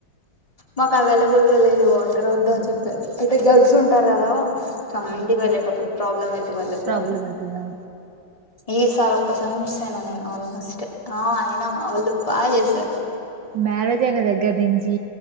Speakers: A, on the left; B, on the right.
A: మాకు అవైలబుల్ గా లేదు వాటర్ వద్దా అని చెప్పేారు అయితే గర్ల్స్ ఉంటారు కదా చమ్ ఇంటికి టప్పుడు ప్రాబ్లం అయితే వాళ్ళకి
B: ప్రాబ్లం
A: అని
B: అయితది
A: ఈసారి ఒక్కసారి మిస్ అయినా నేను ఆల్మోస్ట్ ఆ అయినా వాళ్ళు బాగా చేశారు
B: మ్యారేజ్ అయిన దగ్గర నుంచి